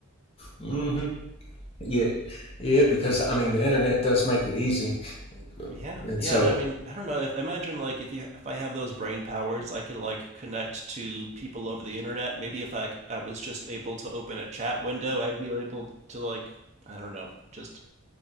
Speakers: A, on the left; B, on the right.
A: hmm Yeah, yeah. Because I mean, the internet does make it easy,
B: Yeah,
A: and
B: yeah.
A: so
B: and I mean, I don't know. If imagine like if you if I have those brain powers, I could like connect to people over the internet. Maybe if I I was just able to open a chat window, I'd be able to like I don't know, just